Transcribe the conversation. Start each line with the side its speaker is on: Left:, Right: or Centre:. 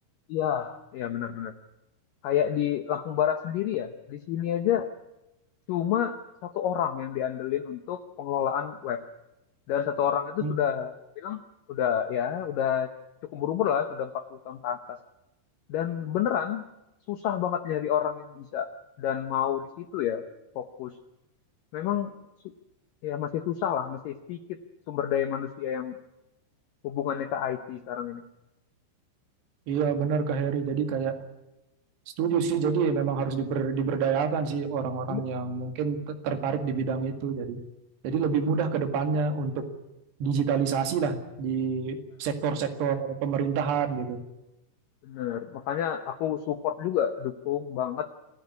Left: Iya, iya benar-benar. Kayak di Lampung Barat sendiri ya, di sini aja cuma satu orang yang diandelin untuk pengelolaan web. Dan satu orang itu
Right: Hmm,
Left: sudah bilang, udah ya, udah cukup berumur lah, sudah 40 tahun ke atas. Dan beneran susah banget nyari orang yang bisa dan mau di situ ya fokus. Memang su- ya masih susah lah, masih sedikit sumber daya manusia yang hubungannya ke IT sekarang ini.
Right: Iya benar Kak Heri. Jadi kayak Setuju sih, jadi ya memang harus diper- diberdayakan sih orang-orang
Left: Iya,
Right: yang mungkin te- tertarik di bidang itu. Jadi, jadi lebih mudah ke depannya untuk digitalisasi lah di sektor-sektor pemerintahan gitu.
Left: bener. Makanya aku support juga, dukung banget